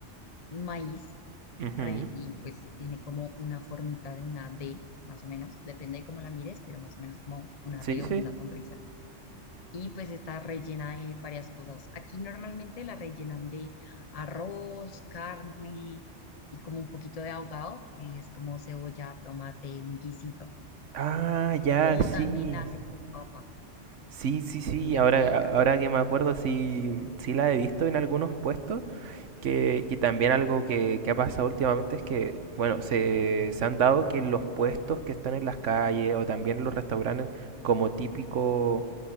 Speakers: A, on the left; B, on the right.
A: maíz
B: <laughs> Ujú.
A: re y pues tiene como una formita de una D, más o menos, depende de cómo la mires, pero más o menos como una
B: Sí,
A: D
B: sí.
A: o una sonrisa. Y pues está rellena de varias cosas. Aquí normalmente la rellenan de arroz, carne y como un poquito de ahogado, que es como cebolla, tomate, un guisito.
B: Ah, ya,
A: O
B: sí.
A: también la hacen con papa
B: Sí, sí, sí.
A: en vez
B: Ahora,
A: de
B: ahora
A: arroz.
B: que me acuerdo, sí, sí la he visto en algunos puestos. Que, que también algo que, que ha pasado últimamente es que, bueno, se, se han dado que los puestos que están en las calles o también los restaurantes como típico,